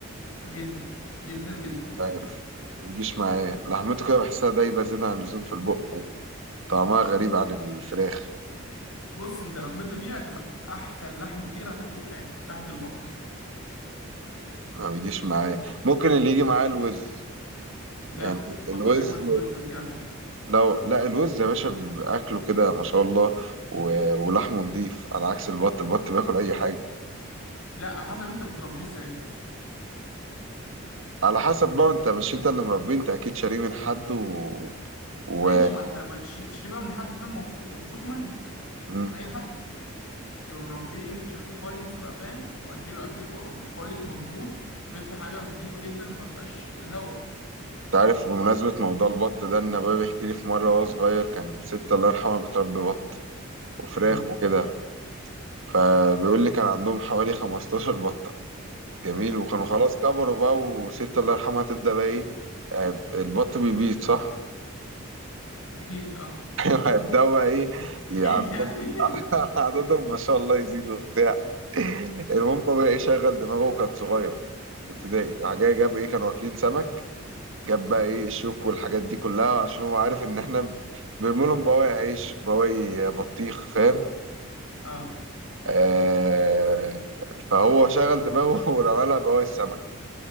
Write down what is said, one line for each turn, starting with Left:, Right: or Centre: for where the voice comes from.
Left: جدا جدا جدا
Right: عارف ما بيجيش معايا لحمته كده بحسها دايبه زياده عن اللزوم في البق وطعمها غريب عن الفراخ
Left: بص أنت لحمته دي هتبقى أحسن لحم طير هتاكله في حياتك لحمة البط
Right: ما بيجيش معايا ممكن اللي يجي معايا الوز
Left: لا
Right: يعني
Left: البط
Right: الوز
Left: أجمد من الوز بكتير على فكرة
Right: لو لا الوز يا باشا بأكله كده ما شاء الله و... ولحمه نضيف على عكس البط البط بياكل أي حاجة
Left: لا على حسب أنت بتربيه إزاي
Right: على حسب بقى انت مش انت اللي مربيه انت أكيد شاريه من حد و... و...
Left: ماشي ما أنت ما تشيل تشيل بقى من حد فاهم موثوق موثوق منه
Right: مم.
Left: مش من أي حد يبقى مربيه بشكل كويس بقى فاهم ومأكله أكل كو- كويس مظبوط بيطلع حاجة نضيفة جدا ما فيهاش الهوا
Right: انت عارف بمناسبة موضوع البط ده ان بابا بيحكي لي في مرة وهو صغير كان ست الله يرحمها بتربي بط وفراخ
Left: امم
Right: وكده فبيقول لي كان عندهم حوالي 15 بطة جميل وكانوا
Left: اه
Right: خلاص كبروا بقى وست الله يرحمها تبدأ بقى ايه آه، البط بيبيض صح
Left: اكيد اه
Right: <laughs> هيبدأوا بقى ايه ي-
Left: اكيد
Right: عددهم
Left: يعني
Right: <laughs> عددهم ما شاء الله يزيدوا وبتاع المهم هو بقى ايه شغل دماغه وكان صغير في ابتدائي راح جاي جاب ايه كانوا واكلين سمك جاب بقى ايه الشوك والحاجات دي كلها عشان هو عارف ان احنا بنرمي لهم بواقي عيش بواقي بطيخ فاهم
Left: <laughs> اه
Right: آه فهو شغل دماغه <laughs> ورمى لها بواقي السمك